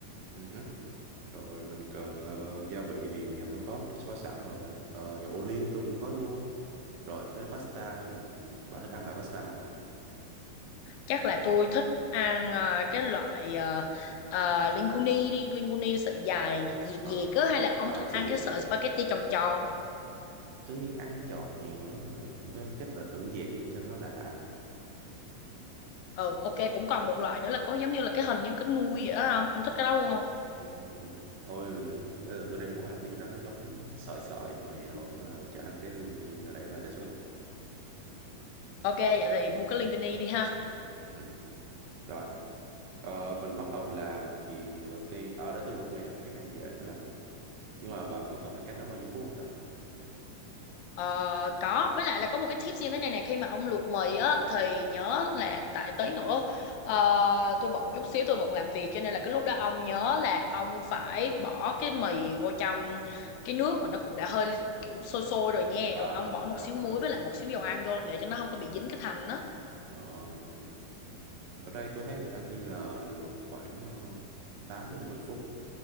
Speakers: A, on the right; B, on the left.
A: Ừ hứ. rồi mình cần ờ, gia vị thì nhà tôi có có sẵn rồi Ờ, dầu ô liu tôi cũng có luôn rồi tới pasta thì bà thích ăn lại pasta nào
B: Chắc là tôi thích ăn à, cái loại à, à, linguine đi, linguine sợi dài dẹt
A: ờ
B: dẹt á hay là ông
A: ờ
B: thích
A: sẽ
B: ăn
A: dẹt
B: cái sợi spaghetti tròn tròn.
A: tôi ăn giòn nhiều đó nên là ok chắc là thử dẹt đi cho nó lạ lạ
B: Ừ, ok, cũng còn một loại nữa là có giống như là cái hình như cái nuôi vậy đó không? Ông thích cái đó luôn không?
A: Ừ. thôi mình bây giờ tôi đang muốn ăn cái gì đó nó giống sợi sợi mì đồ á, nên là chắc ăn cái lương nhiên hồi nãy bà đề xuất đi
B: Ok, vậy thì mua cái linguini đi ha.
A: ừ. rồi ờ, mình bắt đầu làm thì đầu tiên à, để tôi luộc mì cho cái này dễ tôi làm được nhưng mà bà có cần phải canh nó bao nhiêu phút không ta
B: Ờ, có với lại là có một cái tips như thế này nè khi mà ông luộc mì á thì nhớ là tại tới nữa ờ, tôi bận chút xíu tôi bận làm việc cho nên là cái lúc đó ông nhớ là ông phải bỏ cái mì vô trong cái nước mà nó cũng đã hơi kiểu sôi sôi rồi nha
A: à
B: rồi ông bỏ
A: rồi
B: một xíu muối
A: rồi
B: với lại một xíu dầu ăn vô để cho nó không có bị dính cái thành đó
A: Ờ, ok ở đây tôi thấy người ta ghi là luộc khoảng uh, 8 đến mười phút